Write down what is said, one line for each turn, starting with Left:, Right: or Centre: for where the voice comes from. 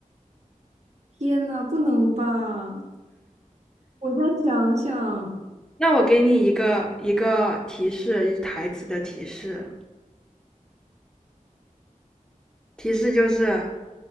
Right: 天呐，不能吧？我再想想，
Centre: 那我给你一个一个提示，一台词的提示。提示就是，